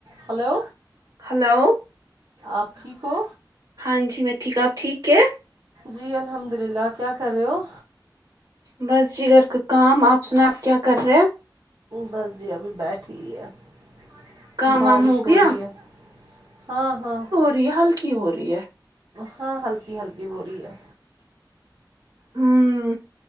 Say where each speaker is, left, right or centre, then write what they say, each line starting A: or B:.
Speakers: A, on the right; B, on the right.
A: hello
B: hello
A: آپ ٹھیک ہو
B: ہاں جی میں ٹھیک آپ ٹھیک کیا
A: جی الحمد للہ کیا کر رہے ہو
B: بس جی گھر کا کام آپ سن آپ کیا کر رہے
A: بس جی ابھی بیٹھ ٹھیک ہے
B: کام
A: بارش
B: وام
A: ہو
B: گیا
A: رہی ہے ہاں ہاں
B: فری حال کی ہو رہی ہے
A: ہاں ہلکی ہلکی ہو رہی ہے
B: ہمم